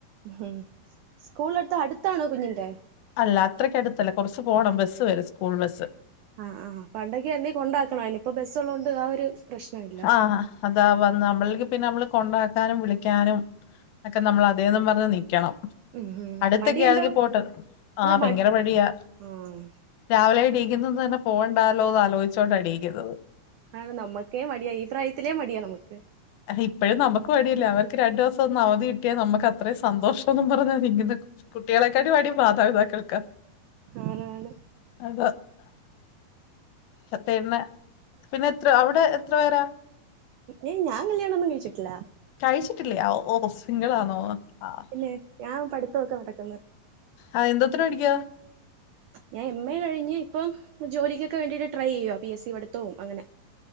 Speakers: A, on the right; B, on the left.
A: ഹ്മ്മ് സ്കൂള് അടത്ത് അടുത്താണോ കുഞ്ഞിന്റെ
B: അല്ല അത്രയ്ക്ക് അടുത്തല്ല കുറച്ച് പോണം ബസ്സ് വരും സ്കൂൾ ബസ്സ്
A: ആഹ് ആഹ് പണ്ടൊക്കെ എന്നുമീ കൊണ്ടാക്കണമായിരുന്നു ഇപ്പൊ ബസ്സ് ഉള്ളത് കൊണ്ട് ആ ഒരു പ്രശ്നം ഇല്ല
B: ആഹ് അതാ വന്ന് നമ്മളക്ക് പിന്നെ നമ്മള് കൊണ്ടാക്കാനും വിളിക്കാനും ഒക്കെ നമ്മൾ അതെന്നും പറഞ്ഞ് നിക്കണം
A: ഉം ഉം
B: അടുത്തൊക്കെയ
A: മടിയുണ്ടോ
B: ആണെങ്കിൽ പോട്ട്
A: അല്ല
B: ആഹ് ഭയങ്കരം
A: മടി
B: മടിയാ
A: ആഹ്
B: രാവിലെഎണീക്കുന്നത് തന്നെ പോവണ്ടാല്ലോന്ന് ആലോയിച്ചു കൊണ്ട എണീക്കുന്നത്
A: അ നമ്മക്കേ മടിയാ ഈ പ്രായത്തിലേ മടിയാ നമുക്ക്
B: ഇപ്പോഴും നമുക്ക് മടിയല്ലേ അവർക്ക് രണ്ടു ദിവസം ഒന്ന് അവധി കിട്ടിയാൽ നമ്മക്ക് അത്രയും സന്തോഷ എന്നും പറഞ്ഞ നിക്കുന്നെ കുട്ടികളെക്കാളും മടി മാതാപിതാക്കൾക്കാ
A: ആണാണ്
B: അതാ ഹ് പിന്നെ പിന്നെ എത്ര അവിടെ എത്ര പേരാ
A: ഏയ് ഞാൻ കല്യാണം ഒന്നും കഴിച്ചിട്ടില്ല
B: കഴിച്ചിട്ടില്ലേ ഓ സിംഗിളാണോ ആഹ്
A: പിന്നെ ഞാൻ പഠിത്തമൊക്കെ നടക്കുന്നു
B: ആഹ് എന്തോത്തിന് പഠിക്ക്യ
A: ഞാൻ എം എ കഴിഞ്ഞ് ഇപ്പം ജോലിക്കൊക്കെ വേണ്ടിട്ട് ട്രൈ ചെയ്യുവ പി എസ് സി പടുത്തവും അങ്ങനെ